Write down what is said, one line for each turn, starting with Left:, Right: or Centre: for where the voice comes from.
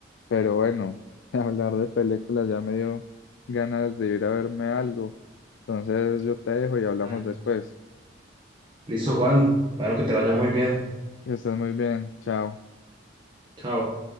Left: Pero bueno, <laughs> hablar de películas ya me dio ganas de ir a verme algo. Entonces yo te dejo y hablamos
Right: Ah, no.
Left: después.
Right: Listo, Juan. Bueno, que te vaya muy bien.
Left: Que estés muy bien. Chao.
Right: Chao.